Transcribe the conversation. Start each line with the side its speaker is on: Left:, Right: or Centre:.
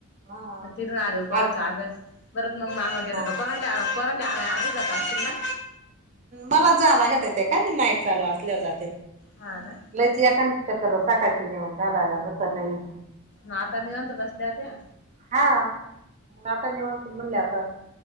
Right: हा
Left: म तिडून आल्यावर पोरांचा
Right: आठ
Left: अभ्यास. पररं मग मा गेलं
Right: हा
Left: का परड्या परड्या आधी जाता असश ना
Right: मला जा लागत येते का ती नाईट चालू असल्या जाते.
Left: हा ना.
Right: च एखा चक्र साकाळची नेऊन घालायला ना तर नाही.
Left: मग आता निवंत बसल्या ते.
Right: हा आता निवांत. म्हणले आता